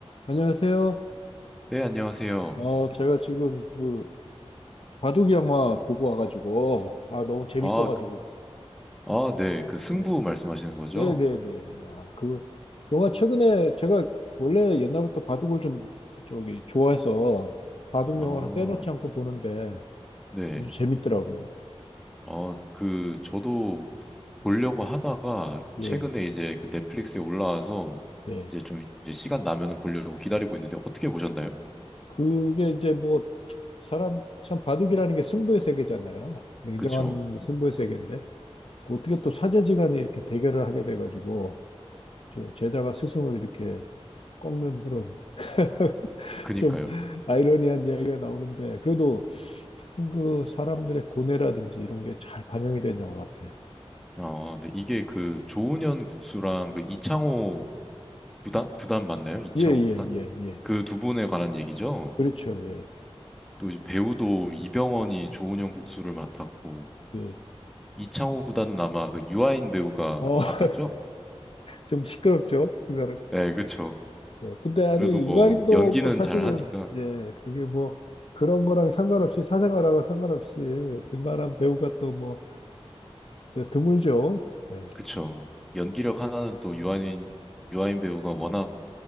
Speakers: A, on the left; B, in the centre.
A: 안녕하세요.
B: 네, 안녕하세요.
A: 어, 제가 지금 그 바둑 영화 보고 와가지고 아 너무 재밌어가지고
B: 아, 그- 아, 네. 그 승부
A: 예,
B: 말씀하시는 거죠?
A: 네, 네, 네. 야, 그 영화 최근에 제가 원래 옛날부터 바둑을 좀 저기 좋아해서 바둑
B: 아,
A: 영화는 빼놓지 않고 보는데
B: 네.
A: 아주 재밌더라고요.
B: 어, 그 저도 보려고 하다가
A: 예,
B: 최근에 이제 그 넷플릭스에 올라와서
A: 네.
B: 이제 좀 이제 시간 나면은 보려고 기다리고 있는데 어떻게 보셨나요?
A: 그게 이제 뭐 사람 참 바둑이라는 게 승부의 세계잖아요. 냉정한
B: 그쵸?
A: 승부의 세계인데 그 어떻게 또 사제지간에 이렇게 대결을 하게 돼가지고 저 제자가 스승을 이렇게 꺾는 그런 <laughs>
B: 그니까요.
A: 좀 아이러니한 이야기가 나오는데 그래도 하여튼 그 사람들의 고뇌라든지 이런 게 잘 반영이 된 영화 같아요.
B: 아, 네. 이게 그 조은현 국수랑 그 이창호 구단? 구단 맞나요? 이창호
A: 예, 예,
B: 구단?
A: 예, 예.
B: 그 두 분에 관한 얘기죠?
A: 그렇죠. 예.
B: 또 이제 배우도 이병헌이 조은현 국수를 맡았고
A: 예.
B: 이창호 구단은 아마 그 유아인 배우가
A: 어,
B: 맡았죠?
A: <laughs> 좀 시끄럽죠. 그 사람.
B: 네, 그쵸.
A: 예. 근데 아니
B: 그래도 뭐
A: 유아인도
B: 연기는
A: 뭐 사실은
B: 잘 하니까
A: 예, 그게 뭐 그런 거랑 상관없이 사생활하고 상관없이 그만한 배우가 또 뭐 드물죠. 예.
B: 그쵸. 연기력 하나는 또 유아인 유아인 배우가 워낙